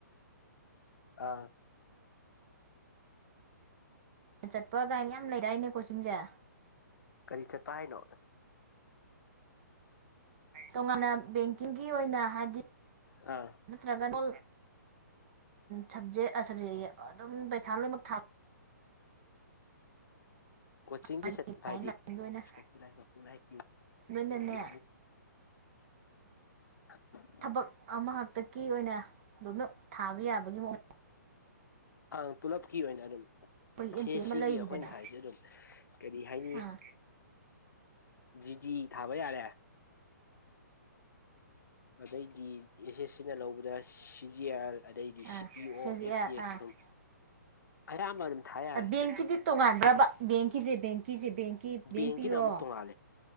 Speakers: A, on the left; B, on the right.
A: ꯑꯥ
B: ꯑꯗꯒꯤ ꯆꯠꯄ ꯀꯥꯏꯅ ꯌꯥꯝ ꯂꯩꯔꯏꯅꯦ ꯀꯣꯆꯤꯡꯁꯦ
A: ꯀꯔꯤ ꯆꯠꯄ ꯍꯥꯏꯅꯣ
B: ꯇꯣꯉꯥꯟꯅ ꯕꯦꯡꯀꯤꯡꯒꯤ ꯑꯣꯏꯅ ꯍꯥꯏꯗꯤ
A: ꯑꯥ
B: ꯑꯗꯨꯠꯇ꯭ꯔꯒꯣ ꯁꯕꯖꯦꯛ ꯑꯁꯕꯖꯦꯛ ꯑꯗꯨꯝ ꯄꯔꯤꯈꯥ ꯂꯣꯏꯅꯃꯛ ꯊꯥ
A: ꯀꯣꯆꯤꯡꯒꯤ
B: ꯥꯏ ꯂꯥꯏꯟꯒꯤ
A: ꯆꯠꯄ ꯍꯥꯏꯗꯤ
B: ꯑꯣꯏꯅ
A: ꯄꯨ ꯄꯨꯔꯥꯏ
B: ꯏꯅꯟꯅꯦ
A: ꯌꯨ ꯑ
B: ꯊꯕꯛ ꯑꯃ ꯍꯥꯛꯇꯛꯀꯤ ꯑꯣꯏꯅ ꯂꯣꯏꯅ ꯊꯥꯕ ꯌꯥꯕꯒꯤ ꯃꯑꯣꯡ
A: ꯑꯪ ꯄꯨꯂꯞꯀꯤ ꯑꯣꯏꯅ ꯑꯗꯨꯝ
B: ꯑꯩꯈꯣꯏꯒꯤ ꯑꯦꯝ
A: ꯁꯦ
B: ꯄꯤ ꯑꯃ
A: ꯁꯤꯒꯤ
B: ꯂꯩꯔꯤꯗꯅ
A: ꯑꯩꯈꯣꯏꯅ ꯊꯥꯏꯁꯦ ꯑꯗꯨꯝ ꯀꯔꯤ ꯍꯥꯏꯅꯤ
B: ꯑꯥ
A: ꯖꯤꯗꯤ ꯊꯥꯕꯩ ꯌꯥꯔꯦ ꯑꯗꯩꯗꯤ ꯑꯦꯁ ꯑꯦꯁ ꯁꯤꯅ ꯂꯧꯕꯗ ꯁꯤꯖꯤ ꯑꯥꯔ ꯑꯗꯩꯗꯤ
B: ꯑꯥ
A: ꯁꯤ ꯄꯤ ꯑꯣ
B: ꯁꯤꯁꯦ
A: ꯑꯦꯐ ꯇꯤ ꯑꯦꯁ
B: ꯑꯥ
A: ꯑꯗꯨꯝ ꯑꯌꯥꯝꯕ ꯑꯗꯨꯝ ꯊꯥ ꯌꯥꯔꯦ
B: ꯕꯦꯡꯀꯤꯗꯤ
A: ꯁꯤ ꯑꯗꯨꯝ
B: ꯇꯣꯉꯥꯟꯕ꯭ꯔꯕ ꯕꯦꯡꯀꯤꯁꯦ ꯕꯦꯡꯀꯤꯁꯦ ꯕꯦꯡ ꯕꯦꯡ
A: ꯕꯦꯡꯀꯤꯅ
B: ꯄꯤꯌꯣ
A: ꯑꯃꯨꯛ ꯇꯣꯡꯉꯥꯜꯂꯦ